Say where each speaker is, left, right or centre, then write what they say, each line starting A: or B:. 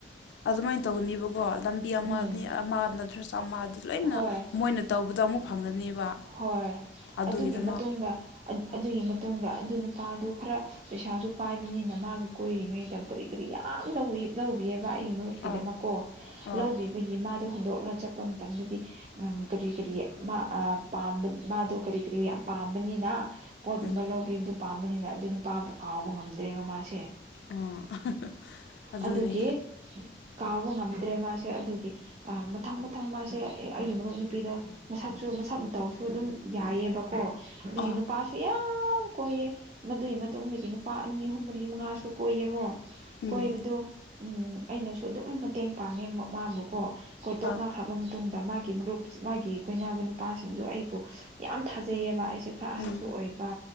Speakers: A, on the left (about 75°); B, on the right (about 40°).
A: ꯑꯗꯨꯃꯥꯏꯅ ꯇꯧꯅꯦꯕꯀꯣ ꯂꯝꯕꯤ ꯑꯃꯅꯤ
B: ꯎꯝ
A: ꯑꯃ ꯅꯗ꯭ꯔꯦꯁ ꯑꯃ ꯂꯣꯏꯅ
B: ꯍꯣꯏ
A: ꯃꯣꯏꯅ ꯇꯧꯕꯗꯣ ꯑꯃꯨꯛ ꯐꯪꯒꯅꯦꯕ
B: ꯍꯣꯏ
A: ꯑꯗꯨꯒꯤꯗꯃꯛ
B: ꯑꯗꯨꯒꯤ ꯃꯇꯨꯡꯗ ꯑꯗꯨꯒꯤ ꯃꯇꯨꯡꯗ ꯑꯗꯨ ꯅꯨꯄꯥꯗꯨ ꯈꯔ ꯄꯩꯁꯥꯁꯨ ꯄꯥꯏꯕꯅꯤꯅ ꯃꯥꯒ ꯀꯣꯏꯔꯤꯉꯩꯗ ꯀꯔꯤ ꯀꯔꯤ ꯌꯥꯝ ꯂꯧꯕꯤꯑꯕ ꯑꯩꯒꯤ ꯃꯔꯨꯞꯀꯤꯗꯃꯛꯀꯣ
A: ꯑꯥ ꯑꯥ
B: ꯂꯧꯕꯤꯌꯨ ꯑꯩꯈꯣꯏꯒꯤ ꯃꯥꯗꯣ ꯍꯨꯟꯗꯣꯛꯂꯒ ꯆꯠꯄ ꯃꯇꯝꯗꯗꯤ ꯀꯔꯤ ꯀꯔꯤ ꯝꯕ ꯃꯥꯗꯣ ꯀꯔꯤ ꯀꯔꯤ ꯌꯥꯝ ꯄꯥꯝꯕꯅꯤꯅ ꯄꯣꯠꯒꯨꯝꯕ
A: ꯎꯝ
B: ꯂꯧꯕꯤꯕꯗ ꯄꯥꯝꯕꯅꯤꯅ ꯑꯗꯨ ꯅꯨꯄꯥꯕꯨ ꯀꯥꯎꯕ ꯉꯝꯗ꯭ꯔꯦꯕ ꯃꯥꯁꯦ
A: ꯑꯥ ꯑꯗꯨꯅꯦ
B: ꯑꯗꯨꯒꯤ ꯀꯥꯎꯕ ꯉꯝꯗ꯭ꯔꯦ ꯃꯥꯁ ꯁꯦ ꯑꯗꯨꯒꯤ ꯃꯊꯪ ꯃꯊꯪ ꯃꯥꯁꯦ ꯑꯩꯒꯤ ꯃꯔꯨꯞ ꯅꯨꯄꯤꯗꯣ ꯃꯁꯛꯁꯨ ꯃꯁꯛ ꯇꯧꯁꯨ ꯑꯗꯨꯝ ꯌꯥꯏꯑꯕꯀꯣ ꯑꯗꯨꯗꯒꯤ
A: ꯑꯥ
B: ꯅꯨꯄꯥꯁꯨ ꯁꯨ ꯌꯥꯝ ꯀꯣꯏꯌꯦ ꯃꯗꯨꯏ ꯃꯇꯨꯡꯗꯒꯤ ꯅꯨꯄꯥ ꯑꯅꯤ ꯍꯨꯝ ꯃꯔꯤ ꯃꯉꯥꯁꯨ ꯀꯣꯏꯌꯦꯀꯣ
A: ꯎꯝ
B: ꯀꯣꯏꯕꯗꯣ ꯎꯝ ꯑꯩꯅꯁꯨ ꯑꯗꯨꯝ ꯃꯇꯦꯡ ꯄꯥꯡꯉꯦ ꯃꯥꯕꯨꯀꯣ ꯑꯩꯈꯣꯏ ꯇꯣꯛꯅꯈ꯭ꯔꯕ
A: ꯑꯥ
B: ꯃꯇꯨꯡꯗ ꯃꯥꯒꯤ ꯃꯔꯨꯞ ꯃꯥꯒꯤ ꯀꯣꯏꯅꯕ ꯅꯨꯄꯥ ꯗ ꯑꯩꯕꯨ ꯌꯥꯝ ꯊꯥꯖꯩꯑꯕ ꯑꯩꯁꯦ ꯈꯔ ꯑꯍꯟꯁꯨ
A: ꯎꯝ
B: ꯑꯣꯏꯕ